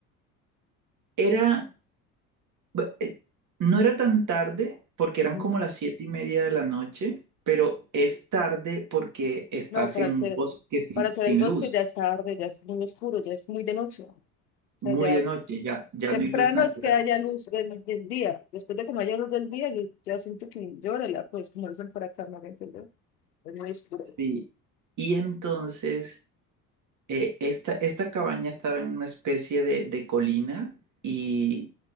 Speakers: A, on the right (about 40°); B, on the left (about 75°).
A: era, bu- eh, no era tan tarde porque
B: Ujú.
A: eran como las siete y media de la noche, pero es tarde porque estás
B: No, para
A: en
B: hacer,
A: un bosque sin,
B: para hacer
A: sin
B: el bosque
A: luz,
B: ya es tarde, ya es muy oscuro, ya es muy de noche. O sea,
A: muy
B: ya
A: de noche, ya, ya
B: temprano
A: no hay luz natural.
B: es que haya luz del, del día. Después de que no haya luz del día, yo ya siento que llora, pues como dicen por acá, ¿me entiendes? Es muy oscuro.
A: Sí. Y entonces, eh, esta, esta cabaña estaba en una especie de, de colina y,